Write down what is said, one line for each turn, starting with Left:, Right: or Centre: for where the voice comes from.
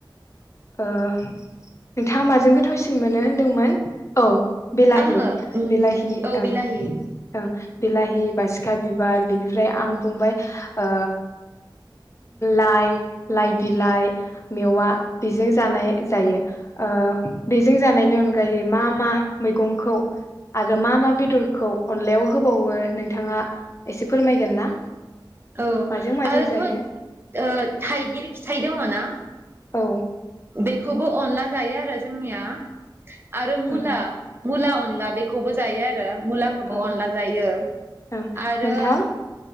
Left: ओ नोंथाङा माजों गोथावसिन मोनो होनदोंमोन औ बिलाहि
Right: आङो
Left: बिलाहि
Right: औ
Left: ओं
Right: बिलाहि
Left: ओं बिलाहि, बासिखा बिबार बिनिफ्राय आं बुंबाय ओ लाइ लाइ बिलाइ मेवा बेजों जानाय जायो ओ बेजों जानायनि अनगायै मा मा मैगंखौ आरो मा मा बेदरखौ अनलायाव होबावो नोंथाङा एसे फोरमायगोन ना?
Right: औ
Left: माजों माजों
Right: आरोथ'
Left: जायो
Right: ओ थाइगिर फिथाइ दङ ना?
Left: औ
Right: बेखौबो अनला जायो आरो जोंनिया। आरो मुला
Left: ओं
Right: मुला अनला बेखौबो जायो आरो। मुलाखौबो
Left: ओं
Right: अनला जायो
Left: ओं
Right: आरो
Left: नोंथाङा